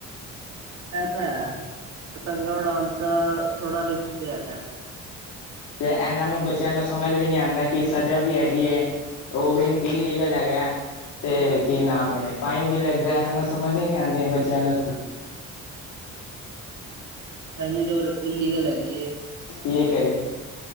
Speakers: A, on the right (about 65°); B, on the left (about 80°).
A: ਏਹ ਤਾਂ ਹੈਂ, ਪਤੰਗਾ ਉੱਡਾਣ ਤਾਂ ਥੋੜਾ ਰਿਸਕ ਤੇ ਹੈਗਾ ਏ।
B: ਤੇ ਏਹਨਾਂ ਨੂੰ, ਬੱਚਿਆਂ ਨੂੰ ਸਮਝ ਵੀ ਨਈ ਆਂਦਾ, ਕਿ ਸਜ਼ਾ ਵੀ ਹੈਗੀ ਐ। ਉਹ ਵੀਨ ਇਲਲੀਗਲ ਹੈਗਾ ਐ। ਤੇ ਕੀ ਨਾਮ
A: ਚਾਈਨੀਜ਼
B: ਏ, ਫਾਈਨ ਵੀ ਲੱਗਦਾ, ਏਹਨਾਂ ਨੂੰ ਸਮਝ ਈ ਨੀ ਆਂਦੀ ਬੱਚਿਆਂ ਨੂੰ।
A: ਐਨੀ ਜੋਰ ਇਲੀਗਲ ਹੈਗੀ ਐ।
B: ਕੀ ਕਰੀਏ?